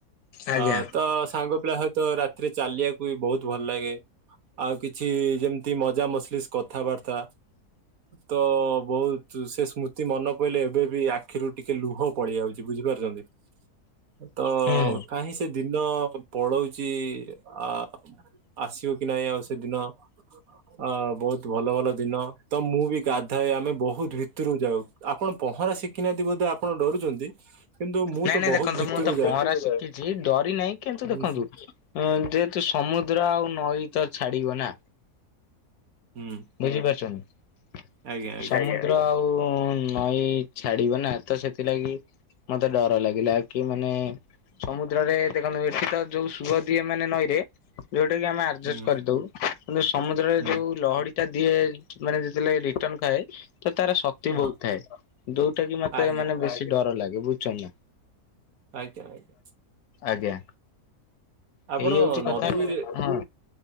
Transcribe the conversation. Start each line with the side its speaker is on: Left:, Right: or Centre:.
Left: ଆଜ୍ଞା
Right: ଅ ତା ସାଙ୍ଗ ପିଲା ସହିତ ରା ଏଥିରେ ଚାଲିବାକୁ ବି ବହୁତ ଭଲ ଲାଗେ। ଆଉ କିଛି ଯେମିତି ମଜା ମସଲି କଥାବାର୍ତା ତ ବହୁତ ସେ ସ୍ମୃତି ମନେ ପଇଲେ ଏବେ ବି ଆଖିରୁ ଟିକେ ଲୁହ ପଡ଼ି ଯାଉଛି ବୁଝିପାରୁଛନ୍ତି। ତ
Left: ହୁଁ।
Right: କାହିଁ ସେ ଦିନ ପଳୋଉଚି ଆଉ ଆସିବ କି ନାଇଁ ଆଉ ସେଦିନ ଅ ବହୁତ ଭଲ ଭଲ ଦିନ ତ ମୁଁ ବି ଗାଧାଏ ଆମେ ବହୁତ ଭିତରକୁ ଯାଉ। ଆପଣ ପହଁରା ଶିଖିନାହାନ୍ତି ବୋଧେ ଆପଣ ଡରୁଛନ୍ତି। କିନ୍ତୁ ମୁଁ
Left: ନାଇଁ
Right: ତ
Left: ନାଇଁ
Right: ବହୁତ
Left: ଦେଖନ୍ତୁ
Right: ଭିତରୁ
Left: ମୁଁ ତ
Right: ଯାଏ।
Left: ପହଁରା ଶିଖିଛି ଡରି ନାହିଁ କିନ୍ତୁ
Right: ହୁଁ
Left: ଦେଖନ୍ତୁ
Right: ହୁଁ।
Left: ହଁ ଯେହେତୁ ସମୁଦ୍ର ଆଉ ନଈ ତ ଛାଡିବ ନା।
Right: ହୁଁ।
Left: ବୁଝିପାରୁଚନ୍ତି
Right: ଆଜ୍ଞା ଆଜ୍ଞା।
Left: ସାଇଁଆ ର ଆଉ ନଈ ଛାଡିବ ନା ତ ସେଥିଲାଗି ମତେ ଡର ଲାଗିଲା କି ମାନେ ସମୁଦ୍ରରେ ଦେଖନ୍ତୁ ଏଠି ତ ଯୋଉ ସୁଅ ଦିଏ ମାନେ ନଈରେ ଯୋଉଟା କି ଆମେ ଆର୍ଜେଷ୍ଟ
Right: ହୁଁ
Left: କରିଦଉ କିନ୍ତୁ ସମୁଦ୍ର ରେ
Right: ହୁଁ
Left: ଯୋଉ ଲହଡି ଟା ଦିଏ ମାନେ ଯେତେବେଳେ ରିଟର୍ଣ ଖାଏ ତ ତାର ସ ନ୍ତି
Right: ହଁ
Left: ବହୁତ ଥାଏ ଯୋଉଟା କି ମତେ
Right: ଆଜ୍ଞା
Left: ମାନେ
Right: ଆଜ୍ଞା
Left: ବେଶୀ ଡର ଲାଗେ ବୁଝୁଚନା।
Right: ଆଜ୍ଞା ଆଜ୍ଞା
Left: ଆଜ୍ଞା।
Right: ଆପଣ
Left: ହେଇଯାଉଛି
Right: ନଦୀରେ
Left: କଥା ହଁ